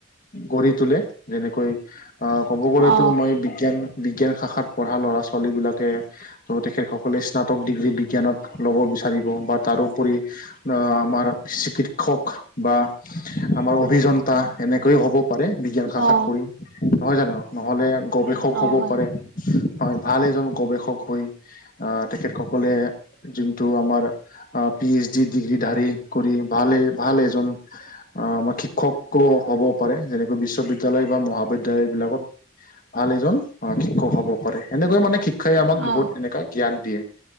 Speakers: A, on the left; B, on the right.
A: গঢ়ি তোলে। যেনেকৈ অঁ, ক'ব গ'লেতো
B: অ
A: মই বিজ্ঞান, বিজ্ঞান শাখাত পঢ়া ল'ৰা- ছোৱালী বিলাকে অঁ, তেখেতসকলে স্নাতক ডিগ্ৰী বিজ্ঞানত ল'ব বিচাৰিব বা তাৰোপৰি অঁ, আমাৰ চিকিৎসক বা আমাৰ অভিযন্তা এনেকৈয়ে হ'ব পাৰে বিজ্ঞান শাখাত
B: অ
A: পঢ়ি। নহয় জানো? নহ'লে গৱেষক হ'ব
B: অ হয়
A: পাৰে। হয়, ভাল এজন গৱেষক হৈ, আ তেখেতসকলে যোনটো আমাৰ অঁ- পি এইচ ডি ডিগ্ৰী ধাৰী কৰি, ভালে, ভাল এজন অঁ, আমাৰ শিক্ষকো হ'ব পাৰে। যেনেকৈ বিশ্ববিদ্য়ালয় বা মহাবিদ্য়ালয় বিলাকত। ভাল এজন অ', শিক্ষক হ'ব পাৰে। সেনেকৈ মানে শিক্ষ শিক্ষাই আমাক
B: অ
A: বহুত এনেকুৱা জ্ঞান দিয়ে।